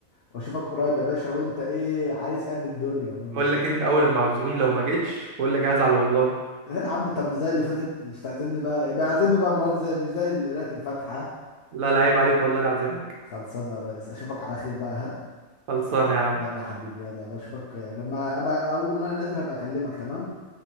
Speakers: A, on the left; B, on the right.
A: واشوفك قريب يا باشا وانت ايه عريس قد الدنيا ون...
B: بقول لك انت اول ما عزومين لو ما جيتش بقول لك هزعل والله
A: ايه يا عم طب زي اللي فاتت مش تعزمني بقى يبقى اعزمني بقى المرة دي زي مش زي اللي قراية الفاتحة
B: لا لا عيب عليك والله العزمك
A: خلصانة يا ريس اشوفك على خير بقى ها
B: خلصانه يا عم
A: يلا يا حبيبي يلا بشوفك لما ابقى اول ما انا نازل هبقى اكلمك تمام